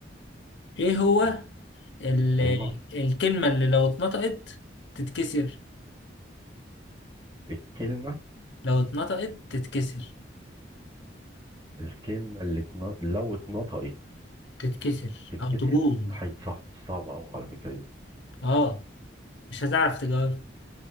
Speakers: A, on the left; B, on the right.
A: إيه هو
B: مم.
A: ال...
B: ايوه
A: الكلمة اللي لو اتنطقت تتكسر؟
B: الكلمه
A: لو اتنطقت تتكسر
B: الكلمه اللي اتنا... لو اتنطقت
A: تتكسر
B: تتكسر
A: او تبوظ
B: هيبقى صعب صعبه قوي على فكره دي
A: اه مش هتعرف تجاوب